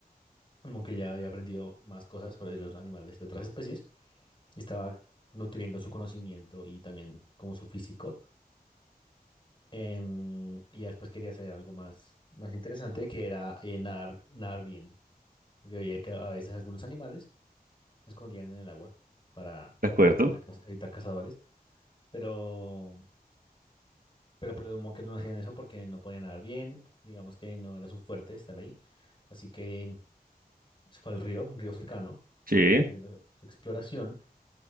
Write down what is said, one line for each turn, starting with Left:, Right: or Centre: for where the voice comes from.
Left: el monkey ya había aprendido más cosas sobre los animales de otras especies y estaba nutriendo su conocimiento y también como su físico. Em, y ya después quería hacer algo más, más interesante que era eh, nadar, nadar bien, porque veía que a veces algunos animales se escondían en el agua para
Right: de acuerdo.
Left: evitar, caz- evitar cazadores. pero, pero pues los Monkers no hacían eso porque no podían nadar bien, digamos que no era su fuerte estar ahí, así que se fue al río, un río cercano,
Right: Sí.
Left: siguiendo su exploración,